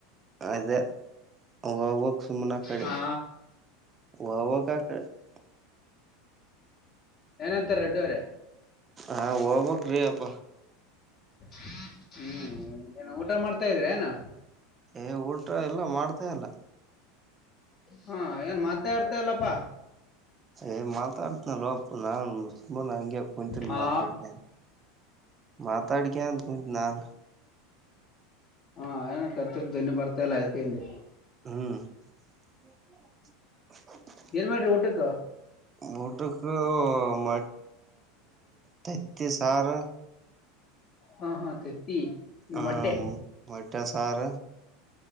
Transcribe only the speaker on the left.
ಹಾ.
ಏನಂತಾರೆ ರೆಡ್ಡಿವರೆ
ಹ್ಮ್ ಏನ ಊಟ ಮಾಡ್ತಾ ಇದ್ರೆನು
ಹಾ ಏನ್ ಮಾತೆ ಆಡ್ತಾಲ್ಲಪ್ಪಾ
ಹಾ
ಹಾ ಏನ ಕತ್ತರ್ ಧ್ನಿ ಬರ್ತಾ ಇಲ್ಲ ಅದ್ಕಯಿಂದ
ಏನ್ ಮಾಡ್ರಿ ಊಟಕ್ಕ
ಹಾ ಹಾ ತತಿ ನ
ಮೊಟ್ಟೆ